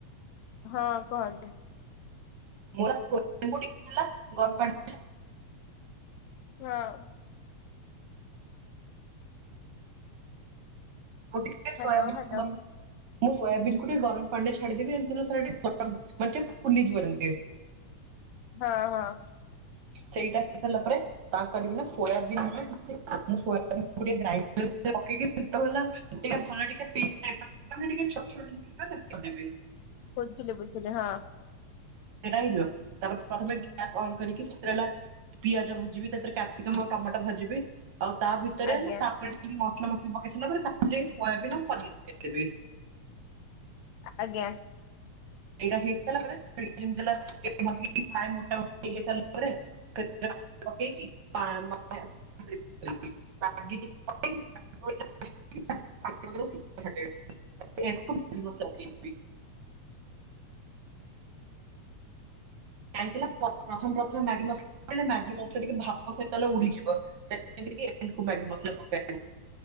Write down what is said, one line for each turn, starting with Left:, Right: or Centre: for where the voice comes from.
Left: ହଁ କୁହନ୍ତୁ?
Right: ମୋର <unintelligible> ଗରଡି।
Left: ହଁ।
Right: କହୁଥିଲି ଯେ
Left: ହ୍ୟାଲୋ
Right: ସୋୟାବିନୀ
Left: ହ୍ୟାଲୋ
Right: ବନେଇବି। ମୁଁ ସୋୟାବିନ୍ କୁ ଟିକେ ଗରମ ପାଣି ରେ ଛାଡିଦେବି <inaudible> ଏମିତି ହେଲେ ସେରା ଟିକେ ଗରମ ମାନେ ଫୁଲିଯିବଏନ୍ତି।
Left: ହଁ ହଁ।
Right: ସେଇଟା ହେଇସାରିଲା ପରେ। ତାଙ୍କରି ବି ନା ସୋୟାବିନ୍ ନ ମୁଁ ସୟାବେ ଗାଇଣ୍ଡର ରଖିକି <unintelligible> ଟିକେ ଭଲ ଟିକେ ପିସି ଟାଇପିର ପାନେ ଟିକେ ଛୋଟ ଛୋଟ ଯେମିତି ସେମିତି କରିଦେବେ।
Left: ବୁଝିଲି ବୁଝିଲି ହଁ।
Right: ସେଇଟା ହେଇଯିବ ତାପରେ ପ୍ରଥମେ ଗ୍ୟାସ ଅନ କରିକି ସିକ୍ରେଲା ପିଆଜ ଭାଜିବି ସେଇଥିରେ କପସିକମ୍ ଆଉ ଟମାଟୋ ଭାଜିବି ଆଉ ତା ଭିତ ଭିତରେ
Left: ଆଜ୍ଞା
Right: ହେଲା ତାପରେ ଟିକେ ମସଲା ମସଲି ପକେଇ ସାରିଲା ପରେ ତାରେ ଟିକେ ସୋୟାବିନ ଆ ପନିରି ପକେଇ ଦେବି।
Left: ଆଜ୍ଞା।
Right: ଏରା ହେଇସାରିଲା ପରେ <unintelligible> ଟା ହେସାଲା ପରେ। କ <unintelligible> <unintelligible> <unintelligible> <unintelligible> <inaudible> <inaudible> <inaudible> <inaudible> <inaudible> <inaudible> <inaudible> <unintelligible> <inaudible> <unintelligible> <inaudible> କାହିଁକିଣା ପ୍ରଥମ ପ୍ରଥମେ ମ୍ୟାଗି ମସଲା ମ୍ୟାଗି ମସଲା ଟିକେ ଭପ ସହିତ ହେଲେ ଉଡିଯିବ। ଣ୍ଡ ମ <unintelligible> <inaudible>